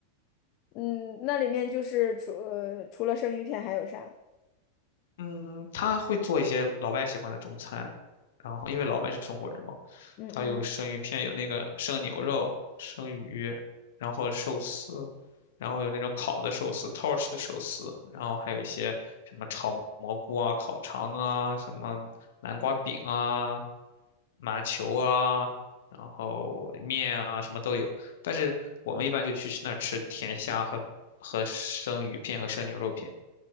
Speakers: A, on the left; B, on the left.
A: 嗯，那里面就是除呃除了生鱼片还有啥？
B: 嗯，他会做一些老外喜欢的中餐，然后因为老板是中国人嘛，
A: 嗯嗯，
B: 他有生鱼片，有那个生牛肉、生鱼，然后寿司，然后有那种烤的寿司、torch 的寿司，然后还有一些什么炒蘑菇啊、烤肠啊、什么南瓜饼啊、麻球啊，然后面啊，什么都有。但是我们一般就去那儿吃甜虾和和生鱼片和生牛肉片，